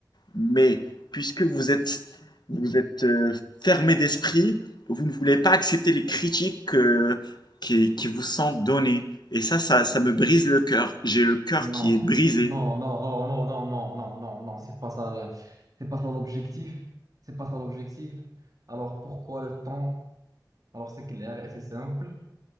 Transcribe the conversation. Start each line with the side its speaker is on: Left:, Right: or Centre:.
Left: Mais puisque vous êtes, vous êtes euh, fermé d'esprit, vous ne voulez pas accepter les critiques euh, qui, qui vous sont données. Et ça, ça, ça me brise le cœur. J'ai le cœur
Right: Non.
Left: qui est brisé.
Right: Non, non, non, non, non, non, non, non, non, c'est pas ça le- c'est pas ça l'objectif. C'est pas ça l'objectif. Alors pourquoi le temps? Alors c'est clair et c'est simple.